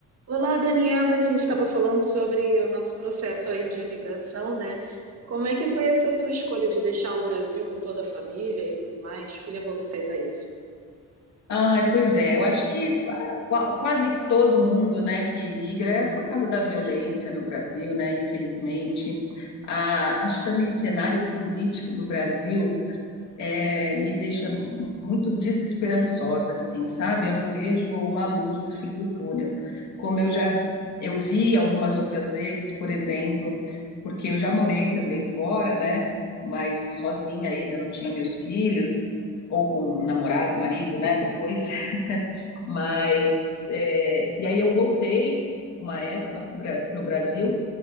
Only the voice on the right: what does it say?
Olá, Daniela. A gente estava falando sobre o nosso processo aí de imigração, né? Como é que foi essa sua escolha de deixar o Brasil com toda a família e tudo mais? O que levou vocês a isso?